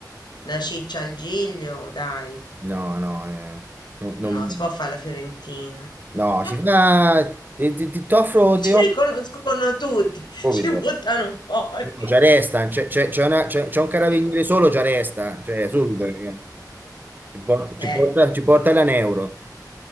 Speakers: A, on the left; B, on the right.
A: la ciccia al giglio, dai.
B: No, no, eh, non, non-
A: No, si può fare la fiorentina.
B: no,
A: <laughs>
B: si fa... Ti, ti, ti t'offro...
A: Ci
B: Ti offro
A: riconoscono tutti, ci
B: subito.
A: buttano fuori.
B: No, ci arresta, c'è c'è- c'è una- c'è- c'è un carabiniere
A: <laughs>
B: solo, ci arresta, cioè subito. eh. Ci porta, ci
A: Eh.
B: porta, ci porta la Neuro.